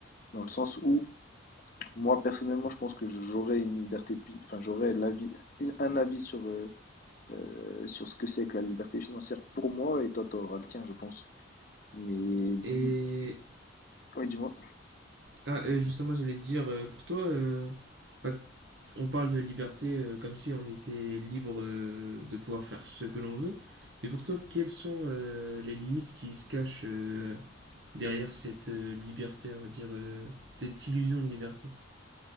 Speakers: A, on the left; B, on the right.
A: Dans le sens où, moi personnellement, je pense que j'aurais une liberté, pi- enfin, j'aurais l'avis, une- un avis sur, euh, euh, sur ce que c'est que la liberté financière pour moi, et toi, t'auras le tien, je pense. Mais, dis,
B: Et
A: ouais, dis-moi.
B: ah, euh, justement, j'allais te dire, euh, pour toi, euh, enfin, On parle de liberté euh, comme si on était libre euh, de pouvoir faire ce que l'on veut, mais pourtant, quelles sont euh, les limites qui se cachent euh, derrière cette euh, liberté, on va dire, euh, cette illusion de liberté